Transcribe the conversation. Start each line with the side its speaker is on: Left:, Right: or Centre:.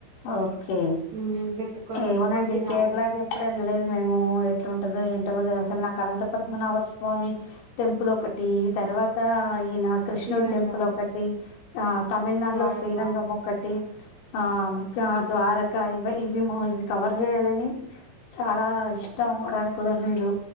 Left: ఓకే
Right: మ్మ్ వెతుక్కొని
Left: ఏమోనండి
Right: వెతుక్కొని తినాలి
Left: కేరళకి ఎప్పుడు వెళ్ళలేదు మేము ఎట్లుంటదో ఏంటో కూడా అలాకనంత పద్మనాభ స్వామి టెంపుల్ ఒకటి తర్వాత ఈన క్రిష్ణూర్
Right: శ్రీరంగం
Left: టెంపుల్ ఒకటి ఆ తమిళనాడులో
Right: ద్వారకా
Left: శ్రీరంగం ఒకటి ఆ ద్వారకా ఇవి ఇవి ఇవి కవర్ చేయాలని చాలా ఇష్టం కానీ కు లేదు